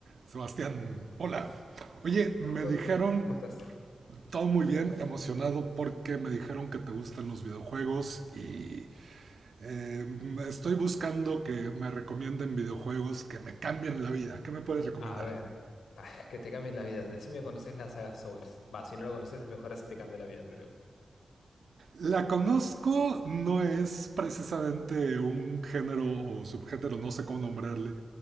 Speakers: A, on the right; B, on the left.
A: Sebastián, hola. Oye, me
B: Jorge,
A: dijeron
B: ¿cómo estás?
A: todo muy bien, emocionado porque me dijeron que te gustan los videojuegos y eh, estoy buscando que me recomienden videojuegos que me cambien la vida. ¿Qué me puedes recomendar?
B: A ver, pa, que te cambien la vida. Decime, ¿conoces la saga Souls? Va, si no la conoces es mejor así te cambia la vida, pero
A: La conozco, no es precisamente un género o subgénero, no sé cómo nombrarle,